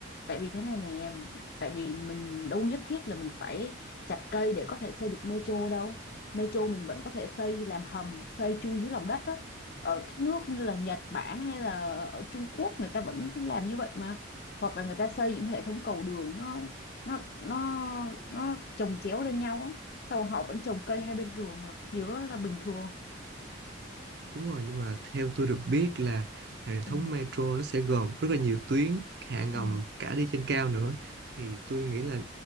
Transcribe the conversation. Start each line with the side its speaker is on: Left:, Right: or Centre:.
Left: tại vì thế này nè tại vì mình đâu nhất thiết là mình phải chặt cây để có thể xây được metro đâu metro mình vẫn có thể xây làm hầm xây chui dưới lòng đất á ở các nước như là Nhật Bản hay là ở Trung Quốc người ta vẫn làm như vậy mà hoặc là người ta xây những hệ thống cầu đường nó nó nó nó chồng chéo lên nhau á sau họ vẫn trồng cây hai bên đường mà điều đó là bình thường
Right: Đúng rồi, nhưng mà theo tôi được biết là hệ
Left: ừ,
Right: thống metro nó sẽ gồm rất là nhiều tuyến hạ ngầm
Left: ừ,
Right: cả đi trên cao nữa. Thì tôi nghĩ là